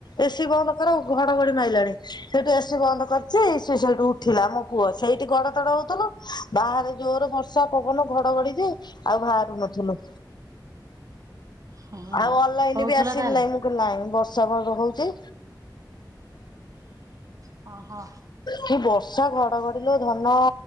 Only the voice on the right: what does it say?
ହୁଁ
ହଉଥିଲା
ତାହେଲେ
ହ ହଁ।